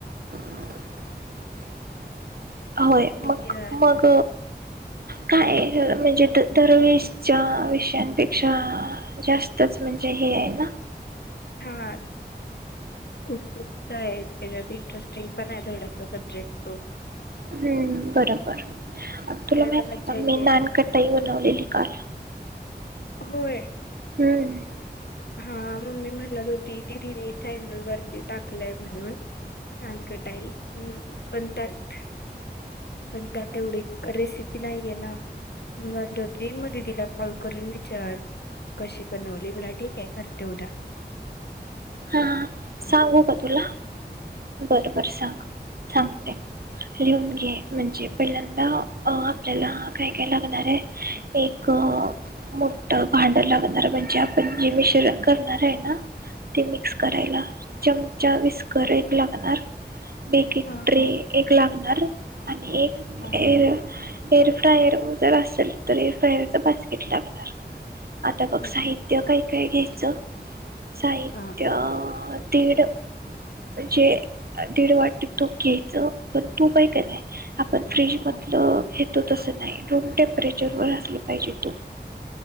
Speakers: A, on the right; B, on the left.
A: <unintelligible> होय
B: व्ही
A: मग
B: आर
A: मग काय म्हणजे द दरवेळेसच्या विषयांपेक्षा जास्तच म्हणजे हे आहे ना
B: हा उत्सुकता आहे त्याच्यात इंटरेस्टिंग पण आहे थोडासा सब्जेक्ट तो
A: हम्म बरोबर तुला
B: खेळायला
A: माहती
B: मज्जा
A: आहे का
B: येते
A: मी नानकटाई बनवलेली काल
B: होय
A: हम्म
B: हा मम्मी म्हणत होती ती रील चॅनल वरती टाकलंय म्हणून नानकटाई् बणतात
A: ह
B: पण त्या तेवढी रेसिपी नाहीये ना मणत होती मग दिदीला कॉल करून विचार कशी बनवली मराठी काय करते उदा
A: हा सांगू का तुला बर बर सांग सांगते लिहून म्हणजे पहिल्यांदा आपल्याला काय काय लागणार आहे एक मोठ भांड लागणार म्हणजे आपण जे मिश्रण करणार आहे ना ते मिक्स करायला चमचा विस्कर एक लागणार बेकिंग
B: हा
A: ट्रे
B: हा
A: एक लागणार आणि एक
B: हा
A: हे एअर फ्रायर जर असेल तर एअरफ्रायरचा बास्केट लागणार आता बघ
B: हा
A: साहित्य
B: हा
A: काय काय घ्यायचं साहित्य
B: हा
A: दिड म्हणजे दीड वाटी तूप घ्यायचं पण तूप हाय का नाय आपण फ्रीज
B: हा
A: मधलं घेतो तसं नाही रूम टेम्परेचर वर असलं पाहिजे तू.